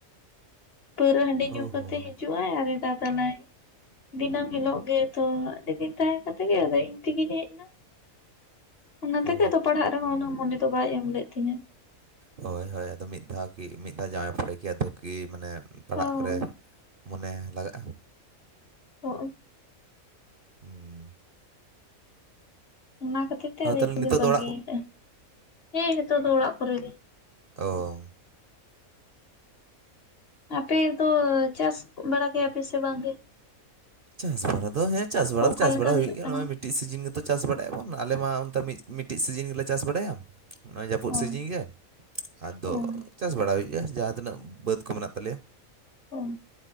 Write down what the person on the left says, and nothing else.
ᱯᱟᱹᱣᱨᱟᱹ ᱦᱟᱺᱰᱤ ᱧᱩ
ᱠᱟᱛᱮ
ᱦᱤᱡᱩᱜ ᱦᱤᱡᱩᱜ ᱟᱭ ᱟᱨ ᱫᱟᱫᱟᱞᱟᱭ ᱫᱤᱱᱟᱹᱢ ᱦᱤᱞᱳᱜ ᱜᱮ ᱛᱚ ᱟᱹᱰᱤ ᱫᱤᱱ ᱛᱟᱭ ᱠᱟᱛᱮ ᱜᱮ ᱟᱫᱚ ᱤᱧ ᱛᱮᱜᱤᱧ ᱦᱮᱡ ᱮᱱᱟ ᱚᱱᱟ
ᱛᱮᱜ ᱫᱚ ᱯᱟᱲᱦᱟᱜ ᱨᱮᱦᱚᱸ ᱩᱱᱟᱹᱜ ᱢᱚᱱᱮ ᱫᱚ ᱵᱟᱭ ᱮᱢ ᱞᱮᱫ ᱛᱤᱧᱟᱹ ᱾
ᱦᱚᱸ
ᱦᱚᱸ᱾
ᱚᱱᱟ ᱠᱷᱟᱹᱛᱤᱨ ᱛᱮ ᱟᱫᱚ
ᱤᱧᱫᱚᱩᱧ
ᱵᱟᱹᱜᱤᱭ
ᱠᱟᱜᱼᱟ ᱦᱮᱸ ᱱᱤᱛᱚᱜ ᱫᱚ ᱚᱲᱟᱜ ᱠᱚᱨᱮ ᱜᱮ᱾
ᱟᱯᱮ ᱫᱚ ᱪᱟᱥ ᱵᱟᱲᱟ ᱠᱮᱭᱟᱯᱮ ᱥᱮ ᱵᱟᱝ ᱜᱮ?
ᱠᱚ
ᱚᱠᱟᱞᱮᱠᱟ
ᱠᱟᱱᱟ?
ᱚ
ᱚ
ᱚ